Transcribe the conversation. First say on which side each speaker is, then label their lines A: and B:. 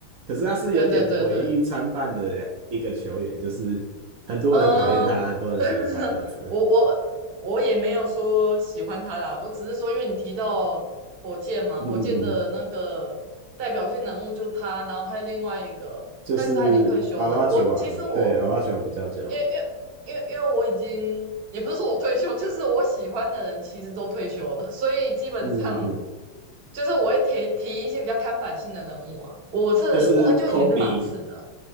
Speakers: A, on the right; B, on the right.
A: 可是他是有点毁誉参半的一个球员，
B: 对对对对。
A: 就是很多人很讨厌他，
B: 呃，
A: 很多人喜欢他这样子。
B: <laughs> 我我我也没有说喜欢他啦，我只是说，因为你提到火箭嘛，
A: 嗯嗯嗯，
B: 火箭的那个代表性人物就他，然后还有另外一个，
A: 就是
B: 但是他已经退休了。
A: a 阿拉吉王，
B: 我其实我
A: 对，a 阿拉吉王比较久。
B: 因为因为因为因为我已经也不是说我退休，就是我喜欢的人其实都退休了，<laughs> 所以基本上
A: 嗯嗯嗯，
B: 就是我会提提一些比较看板性的人物啊。我是我很久以前是马刺的，
A: 就是 Kobe，